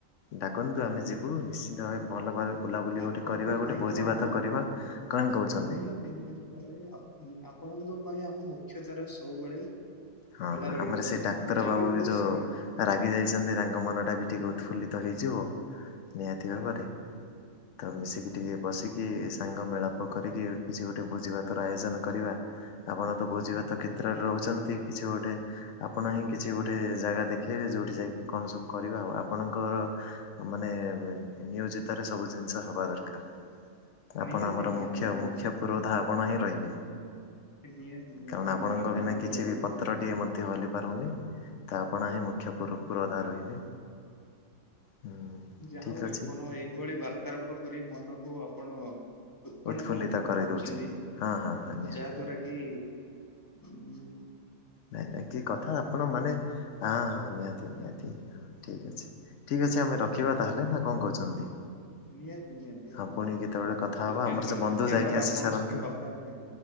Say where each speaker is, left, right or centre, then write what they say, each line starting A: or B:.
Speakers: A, on the left; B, on the left.
A: ଡାକନ୍ତୁ ଆମେ ଯିବୁ, ନିଶ୍ଚିନ୍ତ ଭାବେ ଭଲ ଭାବ ବୁଲାବୁଲି
B: ଆପଣଙ୍କ
A: ଗୋଟେ କରିବା, ଗୋଟେ
B: ପାଇଁ
A: ଭୋଜି
B: ତ ଆମ
A: ଭାତ କରିବା, କଣ କହୁଛନ୍ତି?
B: ନିହାତି ନିହାତି ଭାବେ ଆଉ ଆପଣଙ୍କ ପାଇଁ ଆମେ ମୁଖ୍ୟତର ସବୁବେଳେ
A: ହଁ
B: ଖୋଲା
A: ହଁ
B: ରହିଅଛି
A: ଆମର ସେ ଡାକ୍ତର
B: ଆପଣ ଯେବେ
A: ବାବୁ ବି ଯୋଉ
B: ଆସିବେ
A: ରାଗି ଯାଇଛନ୍ତି ତାଙ୍କ ମନଟା ବି ଟିକେ ଉ ଫୁଲିତ ହେଇଯିବ ନିହାତି ଭାବରେ, ତ ମିଶିକି ଟିକେ ବସି କି ସାଙ୍ଗ ମେଳାପ କରିକି କିଛି ଗୋଟେ ଭୋଜି ଭାତର ଆୟୋଜନ କରିବା। ଆପଣ ତ ଭୋଜିଭାତ
B: ନିହାତି ନିହାତି
A: କ୍ଷେତ୍ରରେ ରହୁଛନ୍ତି। କିଛି ଗୋଟେ ଆପଣ ହିଁ କିଛି ଗୋଟେ ଜାଗା ଦେଖେଇବେ ଯୋଉଠି ଯାଇକି କଣ ସବୁ କରିବା ଆଉ, ଆପଣଙ୍କ ମାନେ ନିୟୋଜିତରେ ସବୁ ଜିନିଷ ହବା ଦରକାର। ଆପଣ
B: ନିହାତି
A: ଆମର
B: ନିହାତି
A: ମୁଖ୍ୟ
B: ନିହାତି
A: ମୁଖ୍ୟ ପୁରୋଧ ଆପଣ ହିଁ ରହିବେ।
B: ନିହାତି ନିହାତି
A: କାରଣ ଆପଣଙ୍କ
B: ମୋର ତ
A: ବିନା
B: ନିହାତି
A: କିଛି
B: ରହିବ।
A: ବି ପ ମଧ୍ୟ ହଲି ପାରୁନି ତ ଆପଣ ହିଁ ମୁ୍ଖ୍ୟ ପୁରୋ-ପୁରୋଧା ରହିବେ। ହୁଁ
B: ଯା
A: ଠିକ୍
B: ହଉ
A: ଅଛି
B: ଆପଣ ଏଇଭଳି ବାର୍ତ୍ତାରାପ କରି ମନକୁ ଆପଣ ଉତ୍କଣ୍ଠା
A: ଉତ୍ଫୁଲ୍ଲିତ
B: ପୂର୍ଣ୍ଣ
A: କରିଦଉଛି
B: କରୁଛନ୍ତି,
A: ହଁ ହଁ ହଁ ନିହାତି
B: ଯାହା
A: ଭାବେ।
B: ଦ୍ଵାରା କି ହୁଁ।
A: ନାଇଁ ନାଇଁ କି କଥା ଆପଣ ମାନେ ହାଁ ହାଁ ନିହାତି ନିହାତି ହଁ ଠିକ ଅଛି। ଠିକ ଅଛି ଆମେ ରଖିବା ତାହେଲେ, ନା କଣ କହୁଛନ୍ତି?
B: ନିହାତି ନିହାତି ଭାବେ
A: ହଁ ପୁଣି କେତେବେଳେ କଥା
B: ଦ୍ଵିତୀୟ
A: ହବା, ଆମର
B: ଥର
A: ସେ ବନ୍ଧୁ
B: ଦ୍ଵିତୀୟ
A: ଯାଇକି
B: ବାର
A: ଆସି
B: ଆପଣଙ୍କ
A: ସାରନ୍ତୁ।
B: ସହିତ କଥା ହେବା ପାଇଁ